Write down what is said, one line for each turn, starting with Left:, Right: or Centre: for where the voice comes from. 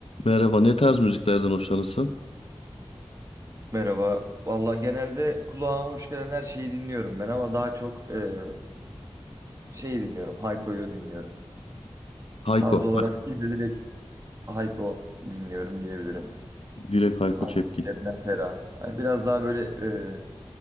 Left: Merhaba, ne tarz müziklerden hoşlanırsın?
Right: Merhaba. Valla genelde kulağıma hoş gelen her şeyi dinliyorum ben ama daha çok e, şeyi dinliyorum. Hayko'yu dinliyorum.
Left: Hayko,
Right: Tarz olarak
Left: bak
Right: değil de direkt Hayko dinliyorum diyebilirim.
Left: direkt Hayko
Right: Hayko,
Left: Cepkin.
Right: Şebnem Ferah. Yani biraz daha böyle e,